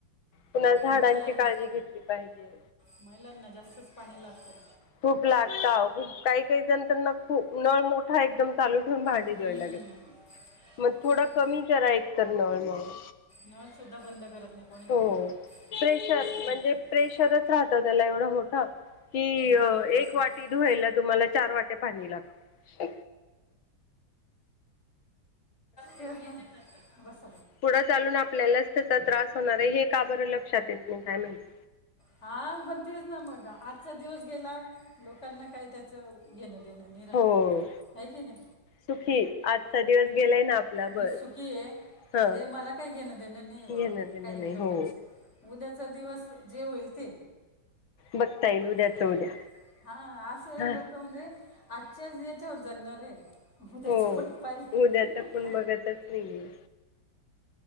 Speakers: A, on the left; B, on the left.
A: पुन्हा झाडांची
B: महिलांना
A: काळजी घेतली पाहिजे.
B: महिलांना जास्तच पाणी लागतय
A: खूप लागत खूप काही काही जण तर ना खूप नळ मोठा एकदम चालू ठेवून भांडी
B: हम्म.
A: धुवायला घेता मग
B: कोणी
A: थोडा
B: को-
A: कमी करा एक तर नळ मगं
B: नळ सुद्धा बंद करत नाही. कोणी कोणी
A: हो प्रेशर
B: असं होऊन
A: म्हणजे
B: जातं
A: प्रेशरच राहत त्याला एवढ त्याला मोठ की क एक
B: हो ना तेच
A: वाटी
B: ना
A: धुवायला तुम्हाला चार वाट्या पाणी लागत
B: ते बस
A: पुढ चालून आपल्यालाच त्याचा त्रास होणार आहे हे का बर लक्षात येत नाहीं काय म्हयती
B: हा पण तेच ना मग आजचा दिवस गेला लोकांना काही त्याच घेण आणि देण
A: हो
B: हइ की नय
A: सुखी आजचा दिवस गेलाय ना आपला
B: मी
A: बस
B: सुखी आहे
A: हा
B: म्हणजे मला काही घेण देण नाही बाबा
A: घेण देणं
B: काही
A: नाही
B: लोकांशी
A: हो
B: उद्याचा दिवस जे होईल ते
A: बघता येईल
B: म्हणजे
A: उद्याच उद्या
B: हा असं
A: हा
B: लोक म्हणजे आजच्या याच्यावर जगणार आहे उद्याचं
A: हो
B: कोणी पाहिलं नाही
A: उद्याचा कोण बघतच नाही